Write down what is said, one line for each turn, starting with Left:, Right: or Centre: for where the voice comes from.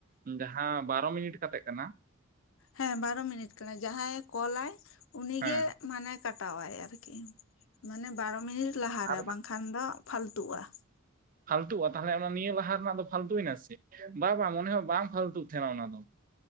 Right: ᱡᱟᱦᱟᱸ ᱵᱟᱨᱚ ᱢᱤᱱᱤᱴ ᱠᱟᱛᱮᱜ ᱠᱟᱱᱟ᱾
Left: ᱦᱮᱸ ᱵᱟᱨᱚ ᱢᱤᱱᱤᱴ ᱠᱟᱱᱟᱭ ᱡᱟᱦᱟᱸᱭᱮ ᱠᱚᱞᱟᱭ ᱩᱱᱤᱜᱮ
Right: ᱦᱮᱸ
Left: ᱢᱟᱱᱮ ᱠᱟᱴ ᱴᱟᱣᱟᱭ ᱟᱨᱠᱤ ᱢᱟᱱᱮ ᱵᱟᱨᱚ ᱢᱤᱱᱤᱴ ᱞᱟᱦᱟᱨᱮ
Right: ᱟᱨ
Left: ᱵᱟᱝᱠᱷᱟᱱ ᱫᱚ ᱯᱷᱟᱞᱛᱩᱜᱼᱟ᱾
Right: ᱯᱷᱟᱞᱛᱩᱼᱟ ᱛᱟᱦᱚᱞᱮ ᱚᱱᱟ ᱱᱤᱭᱟᱹ ᱞᱟᱦᱟ ᱨᱮᱱᱟᱜ ᱫᱚ ᱯᱷᱟᱞᱛᱩᱭᱮᱱᱟ ᱥᱮ ᱵᱟᱝ ᱵᱟᱝ ᱢᱚᱱᱮ ᱦᱚᱸ ᱵᱟᱝ ᱯᱷᱟᱞᱛᱩᱜ ᱛᱟᱦᱮᱱᱟ ᱚᱱᱟ ᱫᱚ᱾